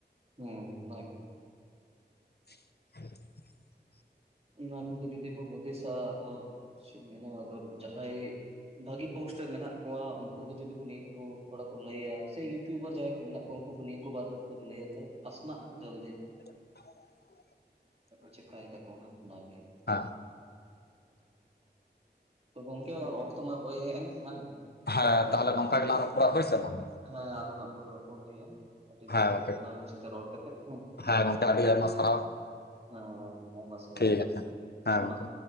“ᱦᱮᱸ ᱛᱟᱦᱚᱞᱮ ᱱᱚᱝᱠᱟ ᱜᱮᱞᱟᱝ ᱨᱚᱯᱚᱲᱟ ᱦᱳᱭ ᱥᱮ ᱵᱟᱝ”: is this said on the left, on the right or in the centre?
Left